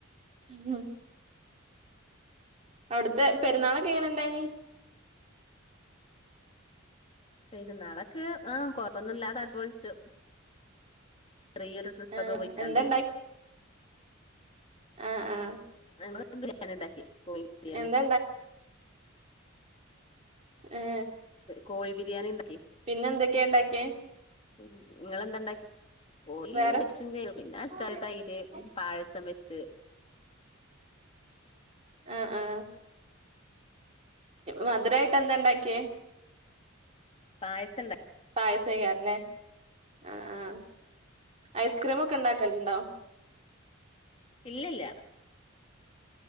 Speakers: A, on the right (about 35°); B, on the left (about 30°).
A: ഉം അവിട്ത്തെ പെരുന്നാളൊക്കെ എങ്ങനൊണ്ടായിനി
B: പെരുന്നാള്ക്ക് ഹാ കൊഴപ്പൊന്നുല്ലാതെ അട്ച്ച് പൊൾച്ചു റിയറ് ട്രിപ്സൊക്കെ
A: ആഹ്
B: പോയ്ക്കാണ്ട്
A: എന്താ അ ആ
B: <unintelligible> ബിരിണി ണ്ടാക്കി കോയി ബിരിയാണി
A: എന്താ ഹേ
B: കോഴി ബിരിയാണി ഉണ്ടാക്കി
A: പിന്നെന്തൊക്കെ ഇണ്ടാക്ക്യെ?
B: ഉം ഇങ്ങളെന്താണ്ടാകെ ഓ ഈ <unintelligible>
A: വേറെ
B: പിന്നെ അച്ചാറ്,
A: ആഹ്
B: തൈര്, പായസം, വെച്ച്
A: അ ആ മധുരാ ആയിട്ട് എന്താണ്ടാക്കെ
B: പായസം ഇണ്ടാ
A: പായസാ <unintelligible> ആ ആ ഐസ്ക്രീമൊ ക്കെണ്ടാക്കലുണ്ടോ?
B: ഇല്ലില്ല